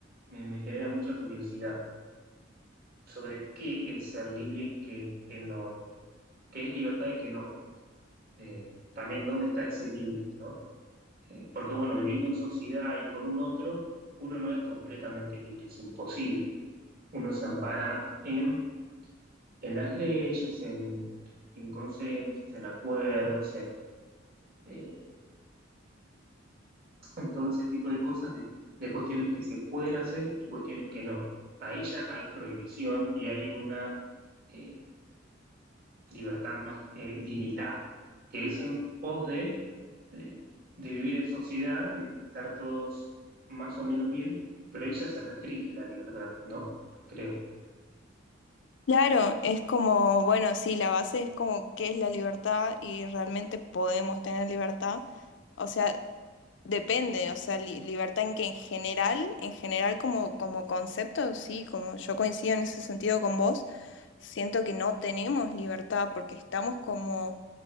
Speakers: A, on the right; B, on the left.
A: me, me genera mucha curiosidad sobre qué es ser libre y qué, qué no, qué es libertad y qué no. Eh, también dónde está ese límite, ¿no? Eh, porque bueno, viviendo en sociedad y con un otro, uno no es completamente libre, es imposible. Uno se ampara en en las leyes, en, en consensos, en acuerdos, en, eh, en todo ese tipo de cosas, de, de cuestiones que se pueden hacer y cuestiones que no. Ahí ya hay prohibición y hay una eh, libertad más eh, limitada, que es en pos de, de, de vivir en sociedad, y de estar todos más o menos bien, pero ahí ya se restringe la libertad, ¿no? Creo.
B: Claro, es como, bueno, sí, la base es como qué es la libertad y realmente podemos tener libertad. O sea, Depende, o sea, li- libertad en que en general, en general como, como concepto, sí, como yo coincido en ese sentido con vos, siento que no tenemos libertad porque estamos como